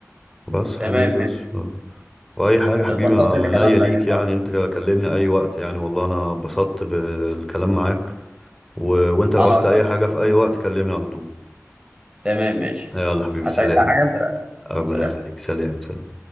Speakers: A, in the centre; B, on the right.
A: بس حبيبي
B: تمام ماشي
A: بس آه. واي حاجه حبيبي
B: اتبسطت
A: أنا
B: اني كلمتك
A: عينيا ليك
B: النهارده
A: يعني انت كلمني اي وقت يعني والله انا اتبسطت بالكلام معاك و... وانت لو
B: انا
A: عوزت
B: اكتر
A: اي حاجه في اي وقت كلمني على طول
B: تمام ماشي
A: يلا حبيبي
B: محتاج
A: سلام
B: حاجه سريع
A: ربنا
B: سريع
A: يخليك سلام سلام